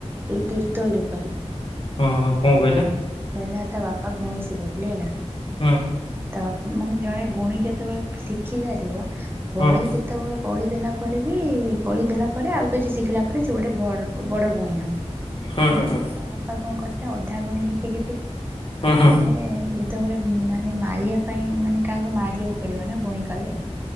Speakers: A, on the right; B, on the left.
A: ଏଇ ତିର୍ତ୍ତୋଲ ରୁପାଲୀ।
B: ହଁ କଣ କହିଲା?
A: କହିଲା ତା ବାପା ଗୁଣି ଶିଖଉଥିଲେ ହେଲା।
B: ହୁଁ
A: ତା ବାପା ମାନେ ଜଣେ ଗୁଣି ଯେତେବେଳେ ଶିଖିପାରିବ, ବଳି
B: ହୁଁ
A: ଯେତେବେଳେ ବଳି ଦେଲା ପରେ ବି ବଳିଦେଲା ପରେ ଆଉ କିଛି ଶିଖିଲା ପରେ ସେ ଗୋଟେ ବଡ ଗୁଣିଆ ହୁଏ।
B: ହୁଁ
A: କିନ୍ତୁ
B: ହୁଁ ହୁଁ
A: ତା ବାପା କଣ କରିଥିଲେ ଅଧା ଗୁଣି ହେତିକି ଥିଲେ, ତାପରେ
B: ହୁଁ ହୁଁ।
A: <unintelligible> ବେଳେ ମାନେ ମାରିବା ପାଇଁ ମାନେ କାହାକୁ ମାରିବାକୁ ପଡିବ ନା ଗୁଣି କଲେ